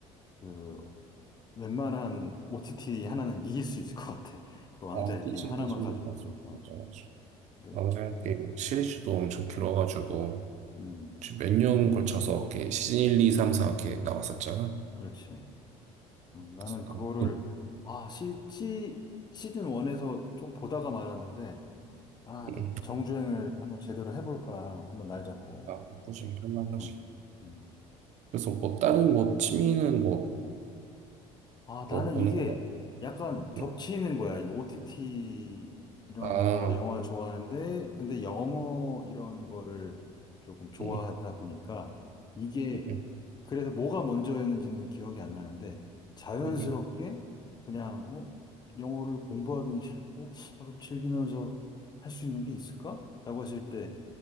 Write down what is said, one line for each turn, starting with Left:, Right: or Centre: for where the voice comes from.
Left: 그 웬만한 OTT 하나는 이길 수 있을 것 같아. 그 왕자의
Right: 아 그치
Left: 게임 하나만
Right: 그치
Left: 가지고도.
Right: 맞아
Left: 어,
Right: 맞아 맞아
Left: 근데,
Right: 왕자 게임 시리즈도 엄청 길어가지고
Left: 음,
Right: 몇년 걸쳐서 이렇게 시즌 1, 2, 3, 4 이렇게 나왔었잖아
Left: 그렇지. 어, 나는
Right: 그래서 나
Left: 그거를,
Right: 음,
Left: 아, 시, 시, 시즌 1에서 좀 보다가 말았는데, 아,
Right: 음.
Left: 근데 정주행을 한번 제대로 해볼까. 한번 날 잡고.
Right: 아 꾸준히 할만하지
Left: 어, 음.
Right: 그래서 뭐 다른 뭐 취미는 뭐
Left: 아, 나는
Right: 그거 보는
Left: 이게
Right: 거 같아
Left: 약간 겹치는
Right: 음.
Left: 거야. 이 OTT 이런
Right: 아
Left: 거 영화 좋아하는데, 근데 영어 이런 거를 조금 좋아하다
Right: 응,
Left: 보니까 이게
Right: 응, 응,
Left: 그래서 뭐가 먼저였는지는 기억이 안 나는데 자연스럽게
Right: 응,
Left: 그냥 어, 영어를 공부하기는 싫고 아, 그럼 즐기면서 할 수 있는 게 있을까? 라고 했을 때